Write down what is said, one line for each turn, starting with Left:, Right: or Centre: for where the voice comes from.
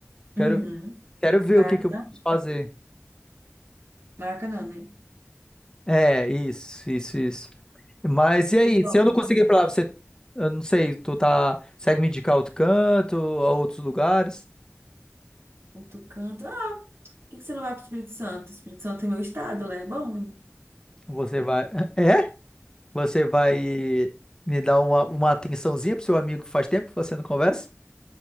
Left: Quero,
Right: Uhum.
Left: quero ver
Right: Maracanã?
Left: o que que eu posso fazer.
Right: Maracanã, né?
Left: É, isso, isso, isso. Mas e aí?
Right: Então,
Left: Se eu não conseguir ir pra lá, você. Eu não sei, tu tá. Segue me indicar outro canto, a outros lugares?
Right: outro canto. Ah, por que que você não vai pro Espírito Santo? Espírito Santo é meu estado, lá é bom, hein?
Left: Você vai. <laughs> É? Você vai me dar uma, uma atençãozinha pro seu amigo que faz tempo que você não conversa?